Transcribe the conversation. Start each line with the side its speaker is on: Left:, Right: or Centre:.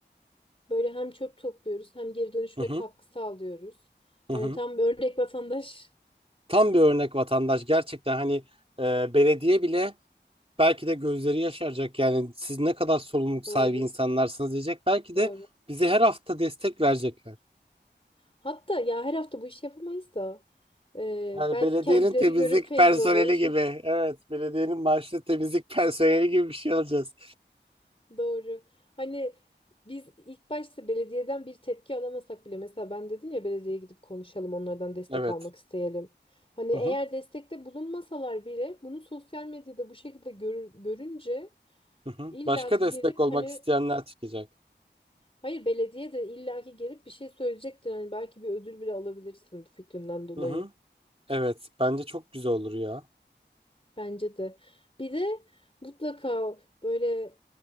Left: Böyle hem çöp topluyoruz hem geri dönüşüme
Right: Hı hı,
Left: katkı sağlıyoruz.
Right: hı
Left: Hani
Right: hı.
Left: tam bir örnek vatandaş.
Right: Tam bir örnek vatandaş. Gerçekten hani e, belediye bile belki de gözleri yaşaracak. Yani siz ne kadar sorumluluk
Left: <laughs>
Right: sahibi
Left: Doğru,
Right: insanlarsınız diyecek. Belki
Left: doğru.
Right: de bize her hafta destek verecekler.
Left: Hatta ya her hafta bu işi yapamayız da e,
Right: Yani
Left: belki
Right: belediyenin
Left: kendileri
Right: temizlik
Left: görüp feyz
Right: personeli
Left: alır.
Right: gibi. Evet, belediyenin maaşlı temizlik <laughs> personeli gibi bir şey alacağız.
Left: <laughs> Doğru. Hani biz ilk başta belediyeden bir tepki alamasak bile mesela ben dedim ya belediyeye gidip konuşalım onlardan destek
Right: Evet.
Left: almak isteyelim. Hani
Right: Hı
Left: eğer
Right: hı,
Left: destekte bulunmasalar bile bunu sosyal medyada bu şekilde gör- görünce
Right: hı hı.
Left: illaki
Right: Başka destek
Left: gelip
Right: olmak
Left: hani
Right: isteyenler çıkacak.
Left: Hayır belediye de illaki gelip bir şey söyleyecektir. Hani belki bir ödül bile alabilirsin bu fikrinden dolayı.
Right: Hı hı. Evet, bence çok güzel olur ya.
Left: Bence de. Bir de mutlaka böyle